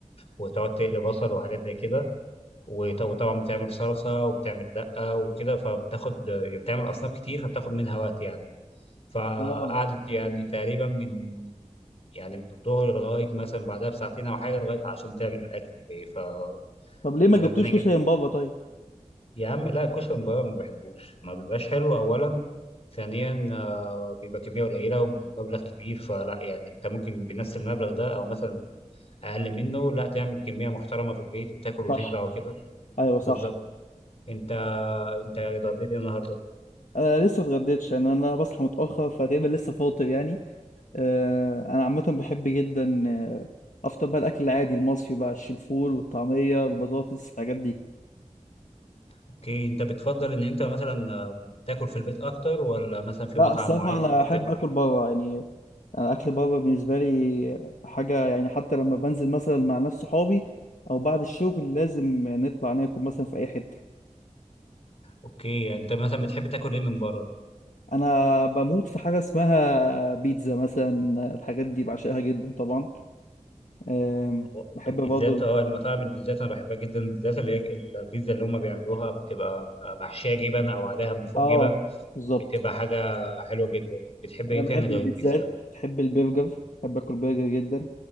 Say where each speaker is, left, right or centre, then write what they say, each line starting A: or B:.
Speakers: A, on the left; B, on the left.
A: وتقعد تقلي بصل وحاجات زي كده وط- وطبعا بتعمل صلصه وبتعمل دقه وكده فبتاخد بتعمل اصناف كتير فبتاخد منها وقت يعني فقعدت
B: اه
A: يعني تقريبا من يعني من الظهر لغاية مثلا بعدها بساعتين أو حاجة لغاية عشان تعمل الأكل فربنا
B: طب ليه ما
A: يجزاك
B: جبتوش كشري من بابا طيب؟
A: يا عم لا الكشري من بره ما بحبوش ما بيبقاش حلو أولا ثانيا آه، بيبقى كمية قليلة ومبلغ كبير فلا يعني أنت ممكن بنفس المبلغ ده أو مثلا أقل منه لا تعمل كمية محترمة في البيت وتاكل وتشبع
B: صح
A: وكده
B: ايوه صح
A: بالظبط أنت أنت يعني اتغديت إيه النهاردة
B: انا لسه اتغديتش يعني انا بصحى متاخر فتقريبا لسه فاطر يعني آه انا عامه بحب جدا آه افطر بقى الاكل العادي المصري بقى الفول والطعميه والبطاطس الحاجات دي
A: اوكي انت بتفضل ان انت مثلا آه، تاكل في البيت اكتر ولا مثلا في
B: لا
A: مطعم
B: الصراحه
A: معين
B: انا
A: بتحب
B: احب
A: تاكل
B: اكل
A: منه
B: بره يعني انا اكل بره بالنسبه لي حاجه يعني حتى لما بنزل مثلا مع ناس صحابي او بعد الشغل لازم نطلع ناكل مثلا في اي حته
A: اوكي يعني انت مثلا بتحب تاكل ايه من بره
B: انا بموت في حاجه اسمها بيتزا مثلا الحاجات دي بعشقها جدا طبعا أم،
A: هو
B: بحب
A: البيتزات
B: برضه ال-
A: اه المطاعم البيتزات انا بحبها جدا بالذات اللي هي البيتزا اللي هم بيعملوها بتبقى آه، محشيه جبن او عليها من فوق
B: اه
A: جبن
B: بالظبط
A: بتبقى حاجه حلوه جدا بتحب ايه
B: انا بحب
A: تاني غير
B: البيتزات
A: البيتزا
B: بحب البرجر بحب اكل برجر جدا